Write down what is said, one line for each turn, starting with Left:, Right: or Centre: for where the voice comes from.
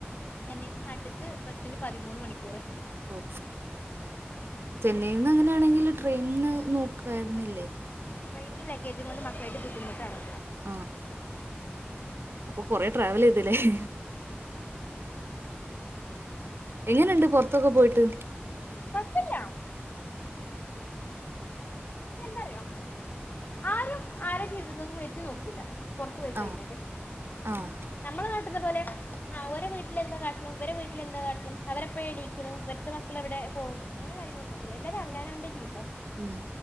Left: ചെന്നൈ നിന്ന് നാട്ട്ക്ക് ബസ്സിന് പതിമൂന്ന് മണിക്കൂർ
Right: ഓ ചെന്നൈ ന്ന അങ്ങനെയാണെങ്കില് ട്രെയിനി നോക്കായിരുന്നില്ലേ
Left: ട്രയിനിന്റെ ലഗേജും കൊണ്ട് മക്കളുടെ ബുദ്ധിമുട്ടാണ്
Right: ആ അ കൊറ ്രാവൽ ചെയ് ഹെ
Left: ഉം
Right: എങ്ങനെണ്ട് പുൊറത്തൊക്കെ പോയിട്ട്
Left: കുഴപ്പില്ല എന്ത അറിയേ ആരും ആരാ ജീവിതത്തേക്കും എത്തി നോക്കൂല പുറത്തു പോയി കഴിഞ്ഞല്ല്
Right: ആഹ് ആഹ്
Left: നമ്മളെ നാട്ട്ത്തെ പോലെ ആ്ഓര വീട്ടിലെന്താ കാട്ടണണം ഇവടെ വീട്ടിലെന്താ കാട്ടണുഅവരെപ്പോഴ എണീക്കണും ഇവടുത്തെ മക്കളെവിടെ പോകും കാര്യങ്ങളൾ നോക്കുല എല്ലാരും അവ അവൻന്റെ ജീതം
Right: ഉം